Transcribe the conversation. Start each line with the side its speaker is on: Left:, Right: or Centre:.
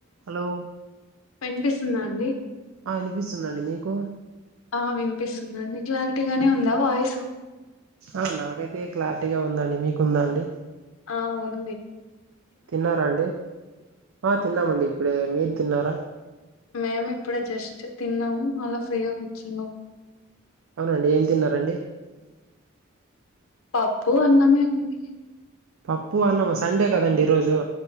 Right: Hello
Left: వినిపిస్తుందా అండి
Right: ఆ వినిపిస్తుందండి మీకు
Left: ఆ వినిపిస్తుందండి క్లారిటీగానే ఉందా వాయిస్
Right: ఆ నాకైతే క్లారిటీగా ఉందండి మీకుందండి
Left: ఆ ఉంది
Right: తిన్నారా అండి ఆ తిన్నామండి ఇప్పుడే మీరు తిన్నారా
Left: మేము ఇప్పుడు జస్ట్ తిన్నాము అలా ఫ్రీగా కూర్చున్నాం
Right: అవునండి ఏం తిన్నారండి
Left: పప్పు అన్నమే ఉంది
Right: పప్పు అన్నమా సండే కదండి ఈరోజు